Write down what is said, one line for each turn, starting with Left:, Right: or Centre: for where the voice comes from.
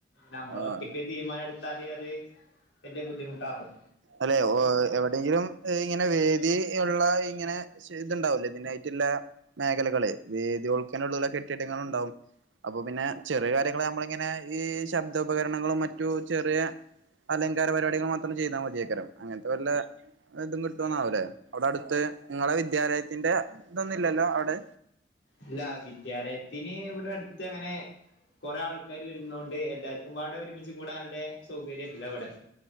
Left: നമ്മള്
Right: ആഹ്
Left: ഒറ്റക്ക്. തീരുമാനം എടുത്താല് അത് വലിയ ബുദ്ധിമുട്ടാവും.
Right: അല്ലെ എവിടെയെങ്കിലും ഇങ്ങനെ വേദി ഉള്ള ഇങ്ങനെ ഇതുണ്ടാവലേ ഇതിനായിട്ടുള്ള മേഖലകളെ വേദിയോൾക്കാനുള്ളൂള കെട്ടിടങ്ങൾ ഉണ്ടാവും. അപ്പൊ പിന്നെ ചെറിയ കാര്യങ്ങൾ നമ്മളിങ്ങനെ ഈ ശബ്ദോപകരണങ്ങളും മറ്റു ചെറിയ അലങ്കാര പരിപാടികൾ മാത്രം ചെയ്താൽ മതിയ രം അങ്ങനത്തെ വല്ല ഇതും കിട്ടുന്നവൂലെ അവിടെ അടുത്ത് നിങ്ങളെ വിദ്യാലയത്തിന്റെ ഇതൊന്നുമില്ലല്ലോ അവിടെ
Left: ഇല്ല വിദ്യാലയത്തിന് ഇവിടെ അടുത്ത് അങ്ങനെ കൊറേ ആൾക്കാര് വരുന്നൊണ്ട് എല്ലാർക്കും പാടെ ഒരുമിച്ച് കൂടാനില്ലേ സൗകര്യംല്ല ഇവിടെ